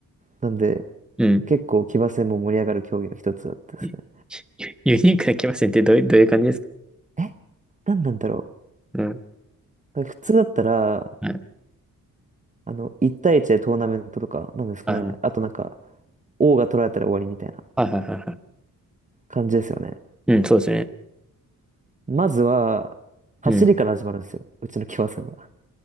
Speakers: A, on the right; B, in the centre.
A: なんで
B: いうん。
A: 結構騎馬戦も盛り上がる競技の一つだったですね。
B: ユユニークな騎馬戦ってどういう、どういう感じですか
A: え何なんだろ
B: うん。
A: う。なんか普通だったら、
B: はい
A: あの、1対1でトーナメントとか、なんですかね。
B: はいはい。
A: あとなんか、王が取られたら終わりみたいな
B: はいはいはいは
A: 感じですよね。
B: い。うん、そうですね。
A: まずは、走りから始まるんですよ。
B: うん。
A: うちの騎馬戦は。